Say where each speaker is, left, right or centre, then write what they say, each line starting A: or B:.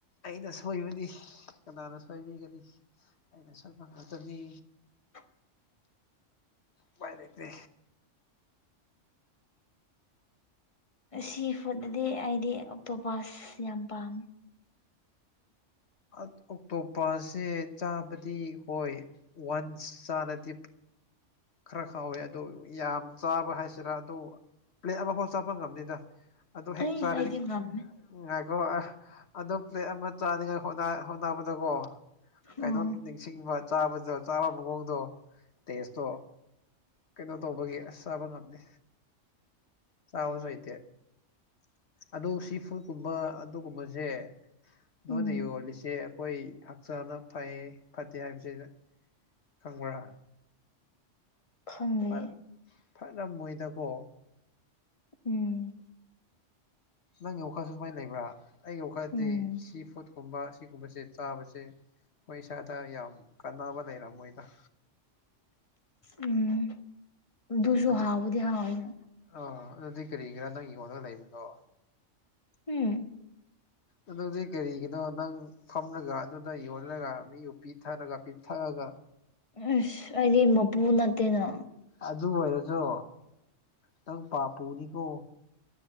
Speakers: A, on the left; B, on the left.
A: ꯑꯩꯅ ꯁꯣꯏꯕꯅꯤ ꯀꯅꯥꯅ ꯁꯣꯏꯕꯤꯒꯅꯤ ꯑꯩꯅ ꯁꯣꯢꯄ ꯉꯇꯅꯤ
B: <inaudible>
A: ꯄꯥꯏ ꯂꯩꯇꯦ
B: ꯁꯤ ꯐꯨꯠꯇꯗꯤ ꯑꯩꯗꯤ ꯑꯣꯛꯇꯣꯄꯁ ꯌꯥꯝ ꯄꯥꯝꯃꯦ
A: ꯑꯣꯛꯇꯣꯄꯁꯦ ꯆꯥꯕꯗꯤ ꯑ‌ꯣꯏ ꯋꯥꯟꯁ ꯆꯥꯅꯗꯤ ꯈꯔ ꯈꯥꯎꯋꯦ ꯑꯗꯨ ꯌꯥꯝ ꯆꯥꯕ ꯍꯥꯏꯁꯤꯔꯥ ꯑꯗꯨ ꯄ꯭ꯂꯦꯠ ꯑꯃꯐꯥꯎ ꯆꯥꯄ ꯉꯝꯗꯦꯗ ꯑꯗꯨ ꯍꯦꯛ
B: ꯑꯩ
A: ꯆꯥꯔꯗꯤꯛ
B: ꯑꯩꯗꯤ ꯉꯝꯃꯦ
A: ꯉꯥꯏꯈꯣ ꯑꯣ ꯄ꯭ꯂꯦꯠ ꯑꯃ ꯆꯥꯅꯤꯉꯥꯏ ꯍꯣꯠꯅꯕꯗꯀꯣ ꯀꯩꯅꯣ
B: ꯎꯝ
A: ꯅꯤꯡꯁꯤꯡꯕ ꯆꯥꯕꯗꯣ ꯆꯥꯕ ꯃꯑꯣꯡꯗꯣ ꯇꯦꯁꯇꯣ ꯀꯩꯅꯣ ꯇꯧꯕꯒꯤ ꯑꯁ ꯆꯥꯕ ꯉꯝꯗꯦ ꯆꯥꯕꯁꯨ ꯂꯩꯇꯦ ꯑꯗꯨ ꯁꯤ ꯐꯨꯗꯀꯨꯝꯕ ꯑꯗꯨꯒꯨꯝꯕꯁꯦ
B: ꯎꯝ
A: ꯅꯣꯏꯅ ꯌꯣꯜꯂꯤꯁꯦ ꯑꯩꯈꯣꯏ ꯍꯛꯆꯥꯡꯅ ꯐꯩ ꯐꯠꯇꯦ ꯍꯥꯏꯕꯁꯤꯅ ꯈꯪꯕ꯭ꯔꯥ
B: ꯈꯪꯗꯦ
A: ꯐꯔ ꯐꯔꯝꯃꯣꯏꯗꯀꯣ
B: ꯎꯝ
A: ꯅꯪꯒꯤ ꯋꯥꯈꯜꯁꯨ ꯑꯗꯨꯃꯥꯏꯅ ꯂꯩꯕ꯭ꯔꯥ ꯑꯩꯒꯤ ꯋꯥꯈꯜꯗꯤ
B: ꯎꯝ
A: ꯁꯤ ꯐꯨꯠꯀꯨꯝꯕ ꯁꯤꯒꯨꯝꯕꯁꯦ ꯆꯥꯕꯁꯦ ꯑꯩꯈꯣꯏ ꯏꯁꯥꯗ ꯌꯥꯝ ꯀꯥꯟꯅꯕ ꯂꯩꯔꯝ ꯃꯣꯏꯗ
B: ꯎꯝ ꯁꯨ
A: ꯑꯗꯨ
B: ꯍꯥꯕꯕꯨꯗꯍꯥꯎꯅ
A: ꯑꯥ ꯑꯗꯨꯗꯤ ꯀꯔꯤꯒꯤꯔꯥ ꯅꯪꯒꯤꯑ‌ꯣꯗꯔ ꯂꯩꯕꯗꯣ
B: ꯎꯝ
A: ꯑꯗꯨꯗꯤ ꯀꯔꯤꯒꯤꯅꯣ ꯅꯪ ꯐꯝꯂꯒ ꯑꯗꯨꯗ ꯌꯣꯜꯂꯒ ꯃꯤ ꯎ ꯄꯤꯊꯔꯒ ꯄꯤꯛꯊꯛꯔꯒ
B: ꯑꯁ ꯑꯩꯗꯤ ꯃꯄꯨ ꯅꯠꯇꯦꯅ
A: ꯑꯗꯨ ꯑꯣꯏꯔꯁꯨ ꯅꯪ ꯄꯥ ꯄꯨꯔꯤꯀꯣ